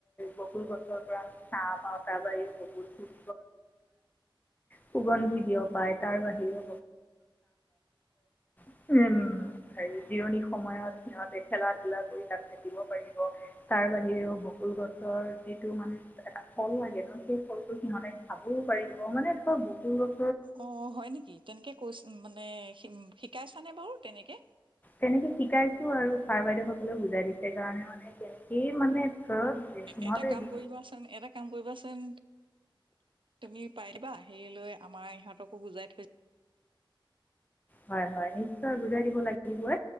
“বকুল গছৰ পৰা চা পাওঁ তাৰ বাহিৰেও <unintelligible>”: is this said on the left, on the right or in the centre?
Left